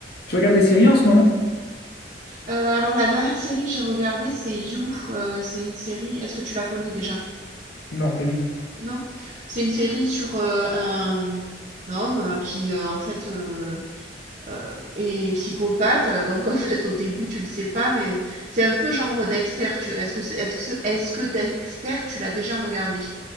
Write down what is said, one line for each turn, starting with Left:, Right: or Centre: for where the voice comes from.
Left: Tu regardes des séries en ce moment?
Right: Euh, alors la dernière série que j'ai regardée, c'est You. Euh, c'est une série. Est-ce que tu la connais déjà?
Left: Non, pas du tout.
Right: Non? C'est une série sur euh, un homme euh, qui euh, en fait euh, euh, est psychopathe. Euh, Donc <laughs> en fait au début tu le sais pas, mais c'est un peu genre Dexter. Tu... Est-ce que c'est- est-ce que ce- est-ce que Dexter tu l'as déjà regardé?